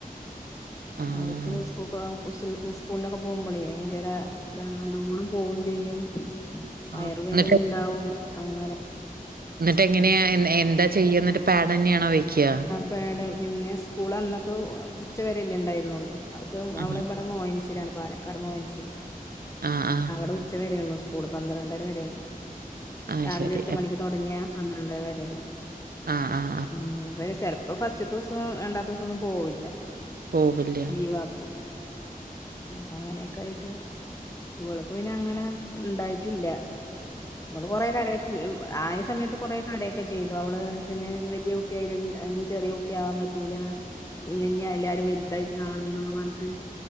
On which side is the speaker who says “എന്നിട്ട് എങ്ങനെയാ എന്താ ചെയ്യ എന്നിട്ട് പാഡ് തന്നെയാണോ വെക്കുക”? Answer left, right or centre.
Right